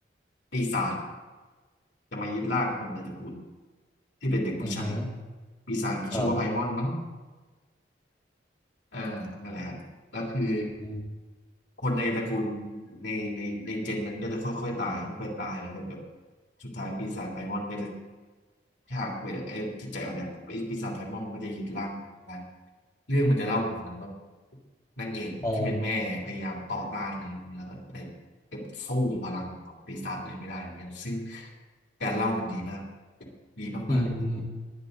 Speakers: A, on the left; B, on the left.
A: ปีศาจจะมายึดร่างคนในตระกูลที่เป็นเด็กผู้ชาย
B: อือหือ
A: ปีศาจมันชื่อว่าไพมอนมั้ง
B: ครับ
A: เออนั่นแหละฮะแล้วคือ
B: อม
A: คนในตระกูลในในในเจนนั้นก็จะค่อยๆตายค่อยๆตายแล้วก็แบบสุดท้ายปีศาจไพมอนก็จะฉักเวลาเออจิตใจอ่อนแอไอ้ปีศาจไพมอนมันก็จะยึดร่างได้เรื่องมันจะเล่าถึงนั้นว่านางเอกที่เป็นแม่พยายามต่อต้านอะไรอย่างนี้แล้วก็แต่แต่สู้พลังของปีศาจเลยไม่ได้เหมือนกันซึ่ง
B: อ๋อ
A: การเล่ามันดีมากดีมาก
B: อืม